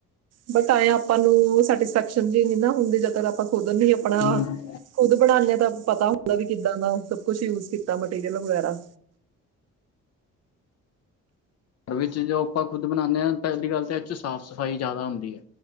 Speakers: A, on the right; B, on the left.
A: ਬਟ ਐਏ ਆਪਾਂ ਨੂੰ ਸੈਟਿਸਫੈਕਸ਼ਨ ਜੀ ਨੀ ਨਾ ਹੁੰਦੀ, ਜਦ ਤਰ ਆਪਾਂ ਖੁੱਦ ਨੀ ਆਪਣਾ
B: ਹੂੰ
A: ਖੁੱਦ ਬਣਾਨੇ ਆ ਤਾਂ ਪਤਾ ਹੁੰਦਾ ਵੀ ਕਿੱਦਾਂ ਦਾ ਸਭ ਕੁੱਛ ਯੂਜ ਕੀਤਾਂ ਮਟੀਰੀਅਲ ਵਗ਼ੈਰਾ।
B: ਵਿਚ ਜੋ ਆਪਾਂ ਖੁੱਦ ਬਨਾਣੇ ਆ ਪਹਿਲੀ ਗੱਲ ਤਾ ਐਚ ਸਾਫ਼- ਸਫ਼ਾਈ ਜਾਦਾ ਹੁੰਦੀ ਐ।